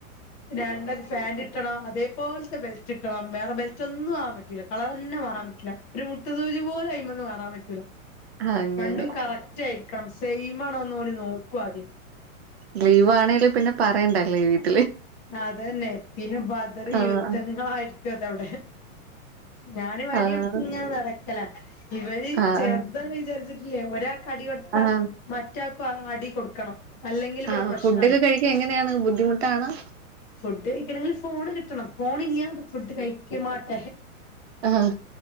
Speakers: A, on the left; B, on the right.
A: രണ്ട് ഫാന്റ് ട്ടണം അതേപോൽത്തെ ബെൽറ്റ് കിട്ടണം വേറെബെൽറ്റൊന്നും ആവാൻ പറ്റില്ല കളറെന്നെ മാറാൻപറ്റുല് ഒര്മു മുട്ട് സൂജിപോലുംഅയ്മെന്ന് മാറൻപറ്റൂല.
B: അങ്ങനെ.
A: രണ്ടും കറക്റ്റ് ആയിരിക്കണം സെയിം ആണോന്ന് പോലെ നോക്കും ആദ്യം
B: ലീവ് ആണേങ്കലും പിന്നെ പറയണ്ട ലീവ
A: അതന്നെ പിന്നെ ബദർ
B: ആഹ്
A: യുദ്ധങ്ങളായിരിക്കും അത അവിടെ ഞാന് വടിയെടുത്ത്
B: ആഹ്
A: ഇങ്ങനെ നടക്കല ഇവര്
B: ആഹ്
A: ചേ അതന്ന് വിചാരിച്ചിട്ടില്ലേ ഒരാൾക്ക് അടി കൊടുത്താ
B: ആഹ്.
A: മറ്റാക്ക് അടി കൊടുക്കണം അല്ലെങ്കിൽ ഇവിടെ
B: ആ്
A: പ്രശ്നാണ്
B: ഫുഡൊക്കെ കഴിക്കാൻ എങ്ങനെയാണ് ബുദ്ധിമുട്ടാണ്
A: ഫുഡ് കഴിക്കണമെങ്കിൽ ഫോണ് കിട്ടണം ഫോൺ ഇല്യാതെ ഫുഡ് കഴിക്ക മാട്ടേ
B: ആഹ്